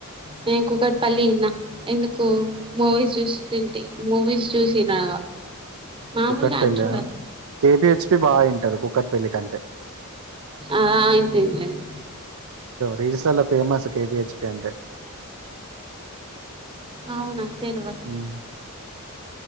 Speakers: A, on the right; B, on the right.
A: నీ కూకటిపల్లి న ఎందుకూ మూవీస్ చూస్తుంటి మూవీస్ చూసినా మాములుగా
B: కుక్కట్పల్లి
A: అంట్రుగా
B: కేపిహెచ్పి బాగా వింటారు కుక్కట్పల్లి కంటే
A: ఆఆ అయిపోయిందండి
B: రీల్స్ లలో ఫేమస్ కెబి హెచ్ పి అంటే
A: అవునా తెలువద్
B: ఉమ్